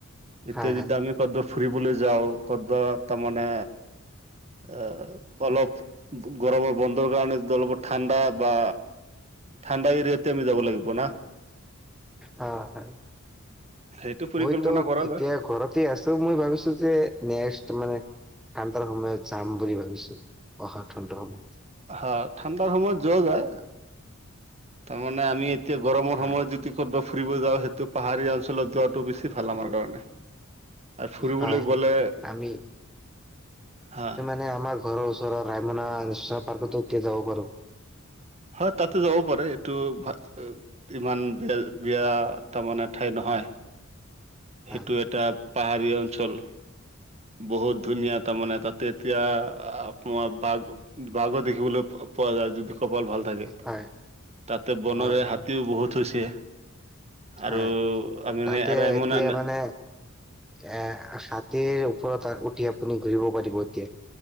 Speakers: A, on the right; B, in the centre.
A: এতিয়া
B: হয় হয়
A: যদ- সি কত'বা ফুৰিবলৈ যাওঁ কত'বা তা-মানে আহ, অলপ গৰমৰ বন্ধৰ কাৰণে দলপ ঠাণ্ডা বা ঠাণ্ডা এৰিয়াততে আমি যাব লাগিব না?
B: হঁ হয়।
A: সেইটো পৰিকল্পনা
B: মইতো
A: কৰা
B: এতিয়া
A: যায়
B: ঘৰত তে আছো মই ভাবিছো যে নেক্সটো মানে ঠাণ্ডাৰ সময়ত যাম বুলি ভাবিছো, অহা ঠাণ্ডৰ সময়ত।
A: হা, ঠাণ্ডাৰ সময়ত যোৱা যায়। তাৰমানে আমি এতিয়া গৰমৰ
B: হয়
A: সময়ত যদি কত'বা ফুৰিব যাওঁ সেইটো পাহাৰীয়া অঞ্চলত যোৱাটো বেছি ভাল আমাৰ কাৰণে। আৰু ফুৰিবলৈ
B: হয় হয়।
A: গ'লে,
B: আমি
A: হা
B: নাই আমাৰ ঘৰৰ ওৰৰ ৰাইমনা নেৰ্চনল পাৰ্কতো এতিয়া যাব পাৰোঁ।
A: হয় তাতো যাব পাৰে এইটো ভ ইমান বিয়া-বিয়া তাৰমানে ঠাই নহয়।
B: হয়
A: সেইটো এটা পাহাৰীয়া অঞ্চল। বহুত ধুনীয়া তামানে! তাতে এতিয়া আপোনাৰ বাঘ বাঘো দেখিবলে পোৱা যায় যদি কপাল ভাল তাকে।
B: হয়
A: তাতে বনৰীয়া
B: হয় হয়
A: হাতীও বহুত হৈছে। আৰু
B: হয়,
A: আমি
B: তাতে
A: ৰায়মনা
B: এতিয়া মানে এ হাতীৰ ওপৰত উঠি আপুনি ঘূৰিব পাৰিব এতিয়া।